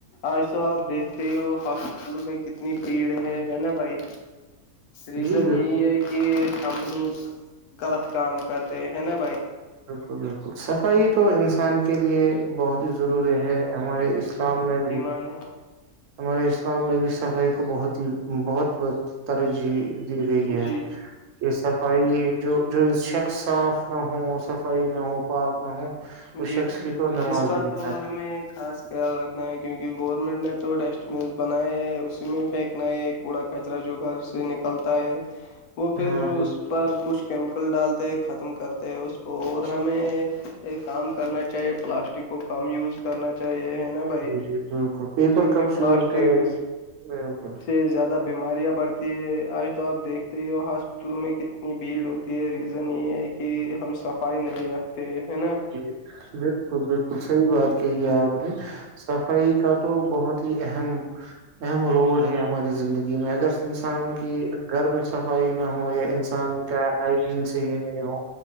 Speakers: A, on the left; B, on the right.
A: آج تو آپ دیکھتے ہو ہو ہاسپٹل میں کتنی بھیڑ ہے ہے نا بھائی ریزن
B: جی بالکل
A: یہی ہے کہ کہ ہم غلط کام کرتے ہیں نا بھائی
B: بالکل بالکل صفائی تو انسان کے کے لیے بہت ہی ضروری ہے ہمارے اسلام میں بھی
A: م نے
B: ہمارے اسلام میں بھی صفائی کو بہت ہی بہت ب ترجیح دی گئی ہے
A: جی
B: کہ صفائی جو جو شخص صاف نہ ہو صفائی نہ ہو پارک نہ ہو اس
A: جی
B: شخص
A: بھائی
B: کی تو نماز
A: اس پر
B: بھی نہیں
A: تو
B: آتی
A: ہمیں خاص خیال رکھنا ہے کیونکہ گورنمنٹ نے تو ڈسٹ بین بنائے ہے اسی میں پھینکنا ہے پڑا کچرا جو گھر سے نکلتا ہے وہ پھر
B: ہاں
A: اس پر کچھ کیمیکل ڈالتے ختم کرتے اس اور
B: جی
A: ہمیں کام کرنا چاہیے پلاسٹک کو کم یوز کرنا چاہیے ہے نا بھائی
B: جی بالکل پیپر
A: کیونکہ
B: کپس
A: پلاسٹک
B: یوز کرے بالکل
A: سے زیادہ بیماریاں بڑھتی ہے آج تو آپ دیکھتے ہی ہو ہاسپٹلوں میں کتنی بھیڑ ہوتی ہے ریز رن یہ ہے کہ ہم صفائی نہیں رکھتے ہیں نا
B: جی بالکل بالکل صحیح بات کہ آپ نے صفائی کا تو بہت ہی اہم اہم رول ہے ہماری زندگی میں اگر انسان کی گھر میں صفائی نہ ہو یا انسان کیا ہائجین سے ہی نہیں ہو